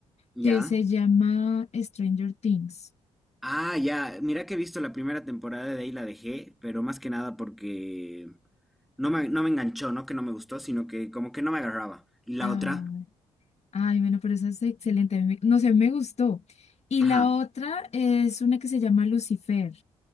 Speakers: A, in the centre; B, on the left.
A: ya.
B: que se llama Stranger Things.
A: Ah, ya. Mira que he visto la primera temporada de ahí la dejé, pero más que nada porque no me, no me enganchó, no que no me gustó, sino que como que no me agarraba. Y la
B: Ah,
A: otra,
B: Ay, bueno, pero esa es excelente. a mí me- no sé, me gustó. Y
A: ajá.
B: la otra es una que se llama Lucifer.